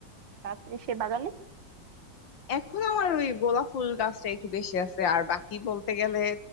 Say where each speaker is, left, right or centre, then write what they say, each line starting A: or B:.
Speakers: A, on the right (about 80°); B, on the left (about 90°).
A: গাছ সে বাগানে
B: এখন আমার ওই গোলাপ ফুল গাছটা একটু বেশি আছে আর বাকি বলতে গেলে